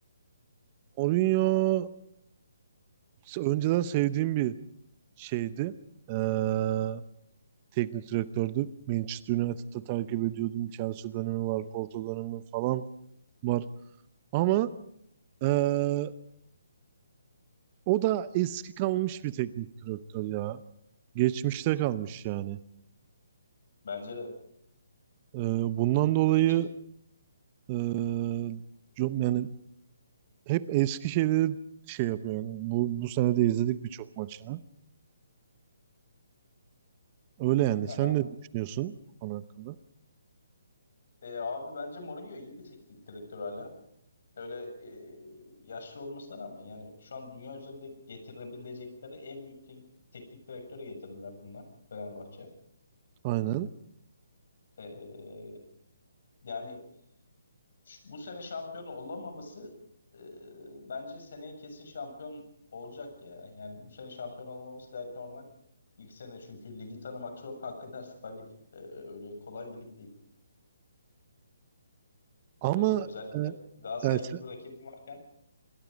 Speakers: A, on the right; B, on the left.
A: Mourinho önceden sevdiğim bir şeydi. Eee teknik direktördü. Manchester United'da takip ediyordum. Chelsea dönemi var, Porto dönemi falan var. Ama eee, o da eski kalmış bir teknik direktör ya. Geçmişte kalmış yani.
B: Bence de.
A: Eee, bundan dolayı
B: Peki.
A: eee, çok- yani hep eski şeyleri şey yapıyor. Yani bu, bu sene de izledik birçok maçını. Öyle yani.
B: Aha.
A: Sen ne düşünüyorsun bu konu hakkında?
B: E, abi bence Mourinho iyi bir teknik direktör hala. Öyle e, yaşlı olmasına rağmen yani şu an dünya üzerinde getirebilecekleri en büyük te- teknik direktörü getirirler bunlar Fenerbahçe.
A: Aynen.
B: E, yani ş- bu sene şampiyon olamaması e, bence seneye kesin şampiyon olacak ya. Yani bu sene şampiyon olmaması gayet normal. İlk sene çünkü ligi tanımak zor. <laughs> Hakikaten Süper Lig e, öyle kolay bir lig değil.
A: Ama
B: E, özellikle
A: eee,
B: Galatasaray
A: yani sen,
B: gibi bir rakibim varken